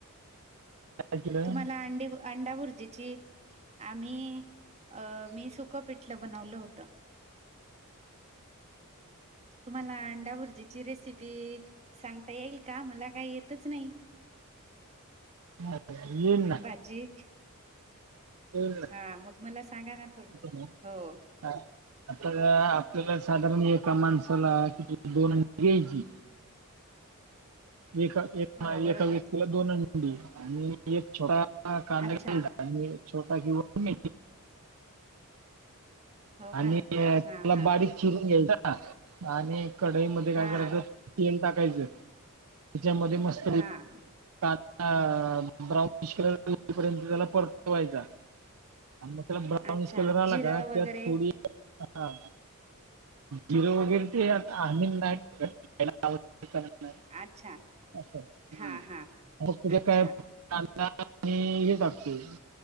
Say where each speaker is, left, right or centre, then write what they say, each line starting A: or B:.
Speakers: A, on the right (about 70°); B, on the right (about 30°).
A: काय केलं
B: तुम्हाला अंडी अंडा भुर्जेची आम्ही अ मी सुकं पिठलं बनवलं होतं. तुम्हाला अंडा भुर्जीची रेसिपी सांगता येईल का मला काही येतच नाही.
A: हा, येईल ना
B: भाजी
A: येईल
B: हा मग मला सांगा ना थोडी
A: ना
B: हो
A: हा. आता आपल्याला साधारण एका माणसाला कि दोन अंडी घ्यायची एका एका
B: हो बरोबर
A: व्यक्तीला दोन अंडी आणि एक छोटा कांदा
B: अच्छा
A: घ्यायचा. आणि छोटा घेवून
B: हो
A: आणि
B: का
A: त्याला
B: हा हा
A: बारीक चिरून घ्यायचं ना आणि कढाईमध्ये काय
B: हा
A: करायचं तेल टाकायचं त्याच्यामध्ये मस्त
B: हां
A: अ ब्राऊनिश कलर पर्यंत त्याला परतावायचा आणि मग त्याला ब्रवनिश
B: अच्छा
A: कलर आला
B: जिरं
A: का की
B: वगैरे
A: थोडी ह झिरो वगैरे ते <unintelligible> खायला आवडतं का नाही
B: अच्छा
A: मग
B: हा हा
A: उद्या
B: अच्छा
A: काय <unintelligible> हेच असतोय.